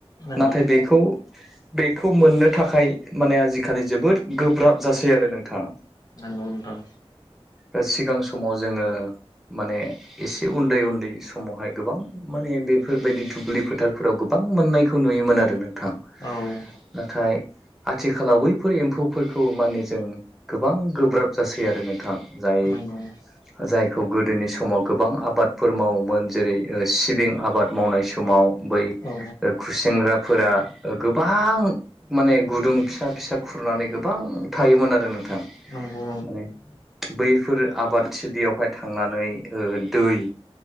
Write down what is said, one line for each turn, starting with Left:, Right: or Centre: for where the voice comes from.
Left: नंगौ
Centre: नाथाय बेखौ बेखौ मोननो थाखाय माने आजिखालि जोबोद गोब्राब जासै आरो नोंथा
Left: औ नोंथां
Centre: ओ सिगां समाव जोङो माने एसे उन्दै उन्दै समावहाय गोबां माने बेफोरबायदि दुब्लि फोथारफोराव गो बां मोननायखौ नुयोमोन आरो नोंथां।
Left: औ
Centre: नाथाय आथिखालाव बैफोर एम्फौफोरखौ माने जों गोबां गोब्राब जासै आरो नोंथां जाय
Left: नंगौ
Centre: जायखौ गोदोनि समाव गोबां आबादफोर मावोमोन जेरै ओ सिबिं आबाद मावनाय समाव बै
Left: औ
Centre: खुसेेंग्राफोरा गोबां माने गुदुं फिसा फिसा खुरनानै गोबां थायोमोन आरो नोंथां।
Left: नंगौ
Centre: माने बैफोर आबादथिलियावहाय थांनानै ओ दै